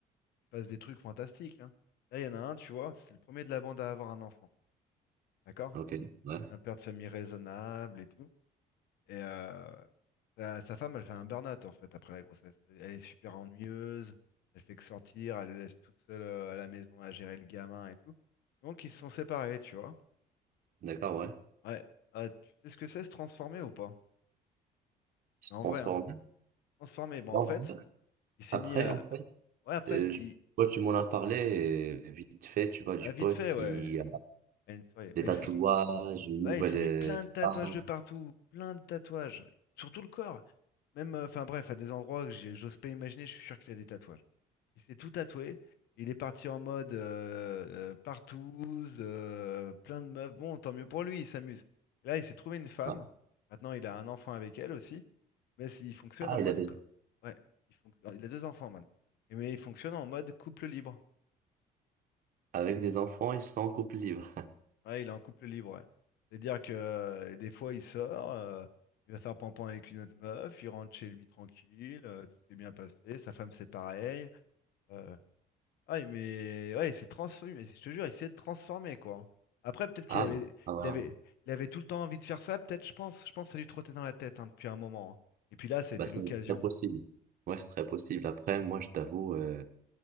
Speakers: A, on the left; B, on the right.
A: il se passe des trucs fantastiques, hein. Là, il y en a un, tu vois, c'est le premier de la bande à avoir un enfant, d'accord?
B: Ok, ouais,
A: Un père de famille raisonnable et tout. Et euh, sa, sa femme, elle fait un burn-out en fait après la grossesse. Elle elle est super ennuyeuse, elle fait que sortir, elle le laisse tout seul euh, à la maison à gérer le gamin et tout. Donc ils se sont séparés, tu vois.
B: d'accord, ouais.
A: Ouais. Ah, tu sais ce que c'est se transformer ou pas?
B: Se
A: Mais en
B: transformer.
A: vrai, hein. Transformer, bon
B: Bon,
A: en fait, il s'est
B: après,
A: mis à.
B: en fait,
A: Ouais, après,
B: euh, je-
A: il.
B: toi, tu m'en as parlé euh, vite fait, tu vois, du
A: bah, vite
B: pote
A: fait,
B: qui
A: ouais. À une soirée. Bah,
B: des tatouages,
A: il s'est tra-
B: une
A: Ouais,
B: nouvelle
A: il s'est mis plein de tatouages
B: femme.
A: de partout, plein de tatouages, sur tout le corps. Même, euh, enfin bref, à des endroits que j'ai- j'ose pas imaginer, je suis sûr qu'il a des tatouages. Il s'est tout tatoué. Il est parti en mode euh, euh, partouze, euh, plein de meufs. Bon, tant mieux pour lui, il s'amuse. Là, il s'est trouvé une femme.
B: Ouais.
A: Maintenant, il a un enfant avec elle aussi. Mais c- il fonctionne
B: Ah,
A: en mode.
B: il a des...
A: co- Ouais, il, fonc- il a deux enfants maintenant. Et Mais il fonctionne en mode couple libre.
B: Avec des enfants, ils sont en couple libre.
A: Ouais, il est en couple libre, ouais. C'est-à-dire que euh, des fois, il sort, euh, il va faire pampan avec une autre meuf, il rentre chez lui tranquille, euh, tout s'est bien passé. Sa femme, c'est pareil. euh, Ouais mais ouais, il s'est transformé, mais je te jure, il s'est transformé, quoi. Après, peut-être qu'il
B: Ah,
A: avait,
B: ah ouais.
A: il avait, il avait tout le temps envie de faire ça, peut-être, je pense. Je pense que ça lui trottait dans la tête hein, depuis un moment. hein. Et puis là, ça
B: Bah,
A: a été
B: c'est
A: l'occasion.
B: très possible. Ouais, c'est très possible. Après, moi, je t'avoue, euh,